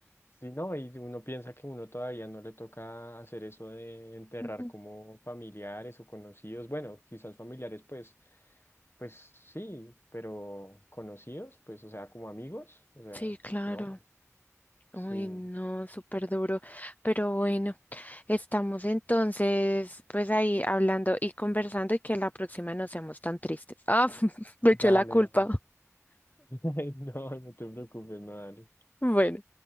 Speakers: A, on the left; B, on the left.
A: Sí, no, y uno piensa que uno todavía no le toca hacer eso de enterrar
B: Ujú.
A: como familiares o conocidos. Bueno, quizás familiares, pues, pues sí, pero conocidos, pues, o sea, como amigos, o sea,
B: Sí, claro.
A: no,
B: Uy,
A: sí,
B: no, súper duro. Pero bueno, estamos entonces, pues ahí hablando y conversando y que la próxima no seamos tan tristes. Ah, <laughs> me eché
A: dale,
B: la culpa.
A: dale.
B: <laughs>
A: <laughs> No, no te preocupes, no, dale.
B: Bueno.